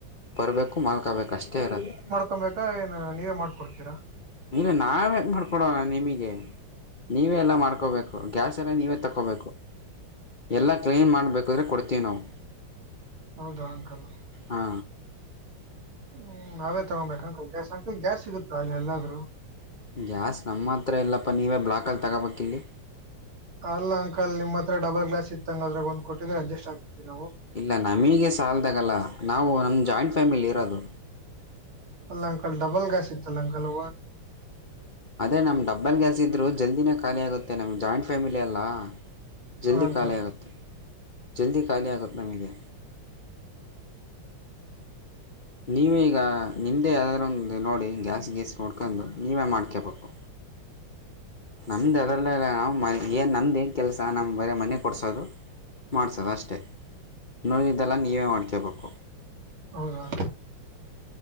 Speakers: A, on the left (about 80°); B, on the right (about 80°).
A: ಬರಬೇಕು ಮಲ್ಕೊಬೇಕು ಅಷ್ಟೇ ಇರೋದು.
B: ಕೊಬೇಕಾ ಏನು ನೀವೇ ಮಾಡ್ಕೊಡ್ತೀರಾ.
A: ಇಲ್ಲ ನಾವೇ ಮಾಡ್ಕೊಡೋಣ ನಿಮಗೆ ನೀವೇ ಎಲ್ಲ ಮಾಡ್ಕೋಬೇಕು. ಗ್ಯಾಸೆಲ್ಲ ನೀವೇ ತಗೋಬೇಕು ಎಲ್ಲ ಕ್ಲೀನ್ ಮಾಡಬೇಕುಾದ್ರೆ ಕೊಡ್ತೀವಿ ನಾವು.
B: ಹೌದಾ ಅಂಕಲ್.
A: ಹಾ
B: ಹ್ಮ್ ನಾವೇ ತಗೊಬೇಕಾ ಗ್ಯಾಸ್ ಅಕ್ಕ ಗ್ಯಾಸ್ ಸಿಗುತ್ತಾ ಇಲ್ಲಿ ಎಲ್ಲಾದ್ರೂ
A: ಗ್ಯಾಸ್ ನಮ್ಮ ಹತ್ರ ಇಲ್ಲಪ್ಪ ನೀವೇ ಬ್ಲಾಕಲ್ಲಿ ತಗೋಬೇಕ ಇಲ್ಲಿ
B: ಅಲ್ಲ ಅಂಕಲ್ ನಿಮ್ಮ ಹತ್ರ ಡಬಲ್ ಗ್ಲಾಸ್ ಇತ್ತಂಗದ್ರಾಗ ಒಂದ್ ಕೊಟ್ಟಿದ್ರೆ ಅಡ್ಜಸ್ಟ್ ಆಗ್ತತಿವಿ ನಾವು.
A: ಇಲ್ಲ ನಮಗೆ ಸಾಲದಾಗಲ್ಲ ನಾವು ನಮ್ಮ ಜಾಯಿಂಟ್ ಫ್ಯಾಮಿಲಿ ಇರೋದು.
B: ಅಲ್ಲ ಅಂಕಲ್ ಡಬಲ್ ಗ್ಯಾಸ್ ಇತ್ತಲ್ಲ ಅಂಕಲ್
A: ಅದೇ ನಮ್ಮ ಡಬ್ಬಲ್ ಗ್ಯಾಸ್ ಇದ್ರು ಜಲ್ದಿನೇ ಖಾಲಿ ಆಗುತ್ತೆ ನಮ್ಮ ಜಾಯಿಂಟ್ ಫ್ಯಾಮಿಲಿಯಲ್ಲ. ಜಲ್ದಿ
B: ಹಾ ಅಂಕಲ್
A: ಖಾಲಿ ಆಗುತ್ತೆ ಜಲ್ದಿ ಖಾಲಿ ಆಗುತ್ತೆ ನಮಗೆ ನೀವೀಗ ನಿಮ್ದೇ ಯಾವ್ದಾದಾರರು ಒಂದು ನೋಡಿ ಗ್ಯಾಸ್ ಗೀಸ್ ನೋಡ್ಕೊಂಡು ನೀವೇ ಮಾಡ್ಕೋಬೇಕು. ನಮ್ದು ಅದಲ್ಲ ಇಲ್ಲ ನಾವು ಮ ಏನ್ ನಮ್ದು ಏನ್ ಕೆಲಸ ನಮ್ ಬರ ಮನೆ ಕೊಡ್ಸೋದು ಮಾಡ್ಸೋದ ಅಷ್ಟೆ ನೋಡಿದ್ದೆಲ್ಲ ನೀವೇ ಮಾಡ್ಕೊಬೇಕು.
B: ಹೌದೌ